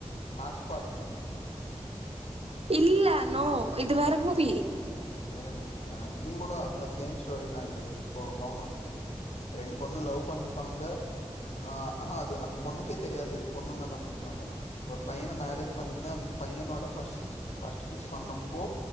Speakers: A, on the left; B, on the right.
A: ஆர்ட்ஸ் பார்ட் டூ
B: இல்ல... நோ., இது வேற மூவி..
A: வேற மூவியா... இதுல கூட அந்த சேம் ஸ்டோரி தான். இ இது, இப்போ கவனம் வந்துச்சு எனக்கு. ரெண்டு பொண்ணு லவ் பண்ணிப்பாங்க.. ஆஹ்.. ஆஹா.. அது அந்த பொண்ணுக்கே தெரியாது, பொண்ணுங்கென்னா புடிக்கும்னு., ஒரு பையனை மேரேஜ் பண்ணிங்கன்னா அந்த பையனோட ஃபர்ஸ்ட் ஸ் ஃபஸ்ட் கிஸ் பண்ணப்போ